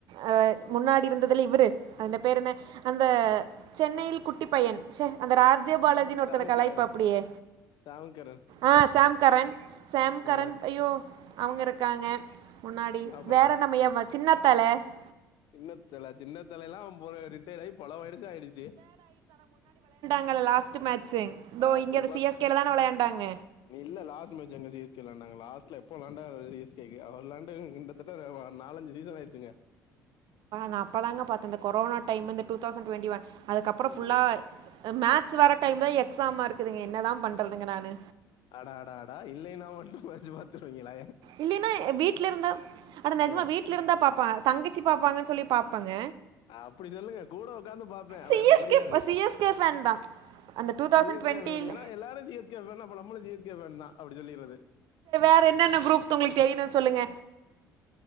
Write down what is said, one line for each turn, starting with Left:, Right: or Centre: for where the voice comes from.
Right: அ முன்னாடி இருந்ததுல இவரு அந்த பேரு என்ன அந்த சென்னையில் குட்டி பையன் சே அந்த ஆர்ஜே பாலாஜின்னு ஒருத்தன
Left: சாம்கரன்
Right: கலாய்ப்பாப்படியே
Left: சாம்கரன்
Right: ஆ சஷாம்கரன் சாம்கரன்
Left: ஆ
Right: ஐயோ அவங்க இருக்காங்க முன்னாடி
Left: அப்றோ
Right: வேற நம்ம எவ சின்னத்தல
Left: சின்னத்தல சின்னத்தலல்லா <unintelligible> ரிப்பேர் ஆயி பல வருஷம் ஆயிடுச்சு
Right: ங்கள லாஸ்ட் மேட்ச்சு இதோ
Left: அப்படி
Right: இங்க
Left: பாத்
Right: சி எஸ் கேல தான விளையாண்டாங்க
Left: இல்ல லாஸ்டு மேட்ச் எங்க சி எஸ் கேல விளையண்டங்க லாஸ்ட் ட்டுல எப்போ விலாண்டாங்க சி எஸ் கே க்கு அவரு விலாண்டு கிட்டத்தட்ட நாலஞ்சு சீசன் ஆயிச்சுங்க
Right: நாஅப்பதாங்க பாத்தே இந்த கொரோனா டைம்ந்து டூதவ்சன் டுவென்டி ஒன் அதுக்கப்றோ
Left: ம்
Right: புல்லா மேட்ச் வர டைம் தா எக்ஸாம இருக்குதுங்க என்னதா பண்றதுங்க நானு
Left: அடா அடா அடா இல்லேன்னா மட்டும் மேட்ச் பாத்துருவீங்கள
Right: இல்லேன்னா வீட்ல இருந்தா ஆனா நெஜமா
Left: ஆ
Right: வீட்ல இருந்தா பாப்பா தங்கச்சி பாப்பாங்கன்னு சொல்லி பாப்பங்க
Left: அப்டி சொல்லுங்க கூட உக்கார்ந்து பாப்பே ஆனா
Right: சிஎஸ்கே
Left: எனக்கு புரியாது
Right: சிஎஸ்கே ஃபேன் தான் அந்த two thousand
Left: C S
Right: டுவெண்ட்டியில்
Left: K fan ஏன்னா எல்லாரு சி எஸ் கே ஃபேன்னா நம்மளும் சி எஸ் கே ஃபேனு தா அப்டி சொல்லிறது
Right: வேற என்னென்ன குரூப்த் உங்களுக்கு தெரியணும்னு சொல்லுங்க